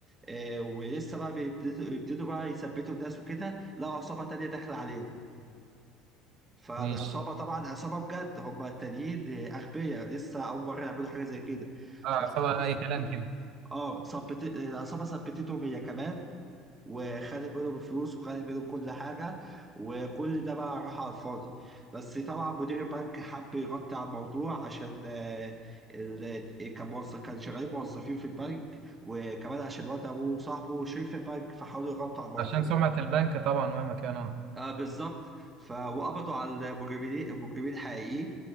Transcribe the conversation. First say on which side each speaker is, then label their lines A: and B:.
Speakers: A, on the right; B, on the right.
A: آه ولسه بقى بيبتدوا يبتدوا بقى يثبتوا الناس وكده لقوا عصابة تانية داخلة عليهم فالعصابة
B: ماشي
A: طبعا عصابة بجد هم التانيين أغبياء لسه أول مرة يعملوا حاجة زي كده
B: اه
A: فالعصابة
B: عصابة
A: ثبتته
B: أي كلام كده
A: اه ثبت العصابة ثبتتهم هي كمان وخدت منهم الفلوس وخدت منهم كل حاجة وكل ده بقى راح على الفاضي بس طبعا مدير البنك حب يغطي على الموضوع عشان آه، ال- كان موظف كان شغالين موظفين في البنك وكمان عشان الواد أبوه صاحبه شريك في البنك فحاولوا يغطوا على الموضوع
B: عشان سمعة البنك طبعا مهما كان اه
A: آه بالظبط ف وقبضوا على المجرمين المجرمين الحقيقيين